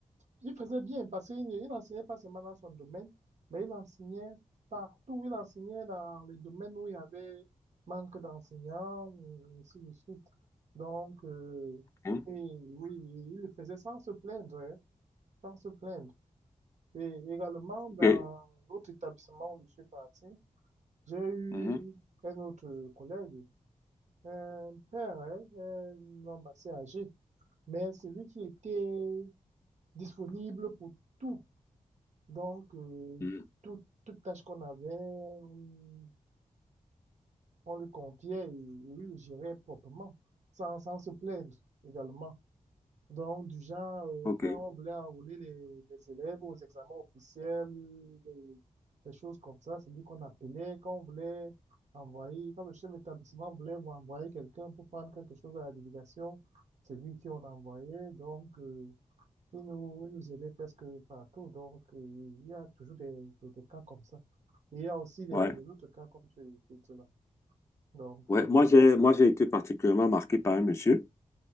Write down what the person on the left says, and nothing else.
hein,
ok,
mhm,
mhm,
ok,
ouais.
Ouais,
moi, j'ai, moi, j'ai été particulièrement marqué par un monsieur.